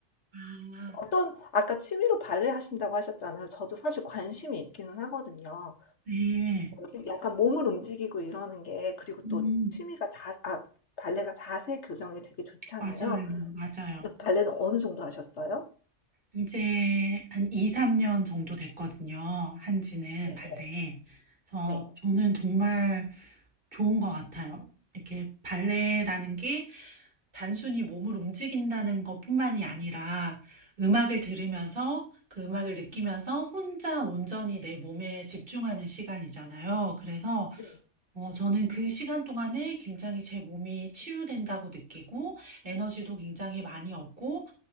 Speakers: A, on the right (about 45°); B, on the left (about 65°).
A: 아,
B: 어떤 아까 취미로 발레 하신다고 하셨잖아요. 저도 사실 관심이 있기는 하거든요.
A: 네.
B: 지 약간 몸을 움직이고 이러는 게 그리고
A: 음,
B: 또 취미가 자, 아, 발레가 자세 교정에 되게 좋잖아요.
A: 맞아요. 맞아요.
B: 근데 발레는 어느 정도 하셨어요?
A: 이제 한 2, 3년 정도 됐거든요. 한지는
B: 네,
A: 발레. 그래서
B: 네,
A: 저는 정말 좋은 것 같아요. 이렇게 발레라는 게 단순히 몸을 움직인다는 것뿐만이 아니라 음악을 들으면서 그 음악을 느끼면서 혼자 온전히 내 몸에 집중하는 시간이잖아요. 그래서
B: 네.
A: 어, 저는 그 시간 동안에 굉장히 제 몸이 치유된다고 느끼고 에너지도 굉장히 많이 얻고